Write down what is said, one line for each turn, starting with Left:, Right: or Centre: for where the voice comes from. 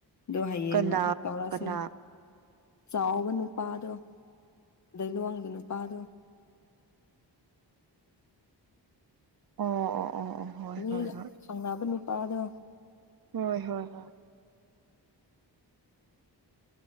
Left: ꯑꯗꯣ ꯍꯌꯦꯡ
Right: ꯀꯅꯥ
Left: ꯑꯃꯨꯛ ꯇꯧꯔꯁꯦ
Right: ꯀꯅꯥ
Left: ꯆꯥꯎꯕ ꯅꯨꯄꯥꯗꯣ ꯂꯩꯂꯣꯡꯒꯤ ꯅꯨꯄꯥꯗꯣ
Right: ꯑꯣ ꯑꯣ ꯑꯣ ꯑꯣ ꯍꯣꯏ
Left: ꯃꯤ
Right: ꯍꯣꯏ
Left: ꯌꯥꯝ
Right: ꯍꯣꯏ
Left: ꯄꯥꯝꯅꯕ ꯅꯨꯄꯥꯗꯣ
Right: ꯍꯣꯏ ꯍꯣꯏ ꯍꯣꯏ